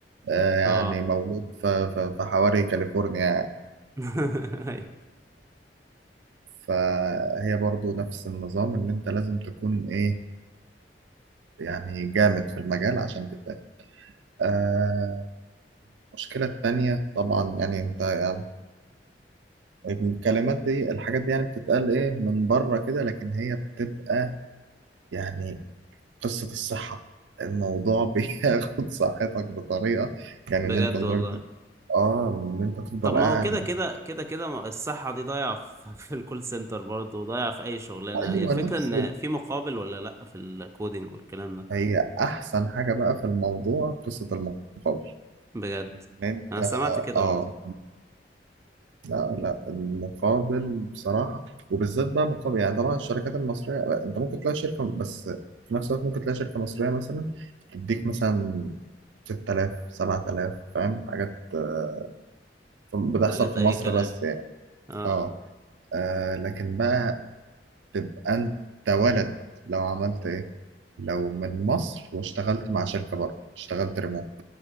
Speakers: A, on the right; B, on the right.
A: آه، يعني
B: اه
A: مولود ف- ف- في حواري كاليفورنيا يعني.
B: <laughs> أيوة.
A: فهي برضو نفس النظام ان انت لازم تكون ايه يعني جامد في المجال عشان تتاخد آه المشكلة التانية طبعا يعني انت يعني الكلمات دي الحاجات دي يعني بتتقال ايه من بره كده لكن هي بتبقى يعني قصة الصحة الموضوع <laughs> بياخد صحتك بطريقة يعني
B: بجد
A: ان انت لدرجة
B: والله
A: اه ان انت تفضل
B: طب ما
A: قاعد
B: هو كده كده كده كده ما- الصحة دي ضايعة في <laughs> في الكول سنتر برضه وضايعة في أي شغلانة
A: ايوه
B: هي الفكرة
A: نفس
B: إن في مقابل ولا لأ في الكودينج والكلام ده
A: هي احسن حاجه بقى في الموضوع قصه المقابل
B: بجد
A: ان انت
B: أنا سمعت كده
A: اه
B: برضه
A: لا المقابل بصراحه وبالذات بقى مقابل يعني طبعا الشركات المصريه انت ممكن تلاقي شركه بس في نفس الوقت ممكن تلاقي شركه مصريه مثلا تديك مثلا 6000 7000 فاهم حاجات آه، بتحصل
B: حاجات
A: في
B: أي
A: مصر
B: كلام
A: بس يعني
B: اه
A: اه آه، لكن بقى تبقى انت ولد لو عملت ايه لو من مصر واشتغلت مع شركة بره اشتغلت ريموت